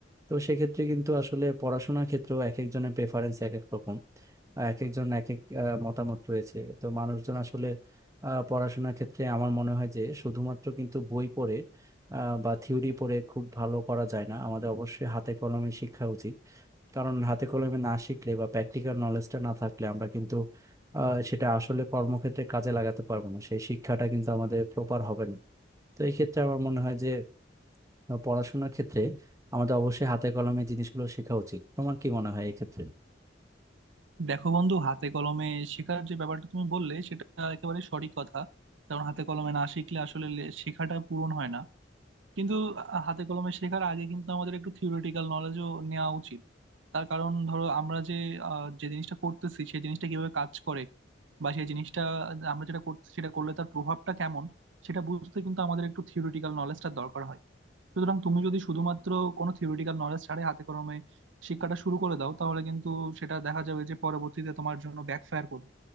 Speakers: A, on the right; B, on the right.
A: তো সেক্ষেত্রে কিন্তু আসলে পড়াশোনার ক্ষেত্রেও এক একজনের প্রেফারেন্স এক এক রকম আহ, এক একজন এক এক আহ, মতামত রয়েছে তো মানুষজন আসলে আহ, পড়াশোনার ক্ষেত্রে আমার মনে হয় যে শুধুমাত্র কিন্তু বই পড়ে আহ, বা থিওরি পড়ে খুব ভালো করা যায় না আমাদের অবশ্যই হাতে কলমে শিক্ষা উচিত কারণ হাতে কলমে না শিখলে বা প্র্যাকটিক্যাল নলেজটা না থাকলে আমরা কিন্তু আহ, সেটা আসলে কর্মক্ষেত্রে কাজে লাগাতে পারবো না সেই শিক্ষাটা কিন্তু আমাদের প্রপার হবে না তো এই ক্ষেত্রে আমার মনে হয় যে বা পড়াশোনার ক্ষেত্রে আমাদের অবশ্যই হাতে কলমে জিনিসগুলো শেখা উচিত তোমার কি মনে হয় এক্ষেত্রে
B: দেখো বন্ধু হাতে কলমে শেখার যে ব্যাপারটা তুমি বললে সেটা একেবারে সঠিক কথা কারণ হাতে কলমে না শিখলে আসলে লে- শেখাটা পূরণ হয় না কিন্তু হাতে কলমে শেখার আগে কিন্তু আমাদের একটু থিওরিটিক্যাল নলেজও নেওয়া উচিত তার কারণ ধরো আমরা যে আহ, যে জিনিসটা করতেছি সেই জিনিসটা কিভাবে কাজ করে বা সেই জিনিসটা আমরা যেটা করছি সেটা করলে তার প্রভাবটা কেমন সেটা বুঝতে কিন্তু আমাদের একটু থিওরিটিক্যাল নলেজটা দরকার হয় সুতরাং তুমি যদি শুধুমাত্র কোনো থিওরিটিক্যাল নলেজ ছাড়াই হাতে কলমে শিক্ষাটা শুরু করে দাও তাহলে কিন্তু সেটা দেখা যাবে যে পরবর্তীতে তোমার জন্য ব্যাকফায়ার করবে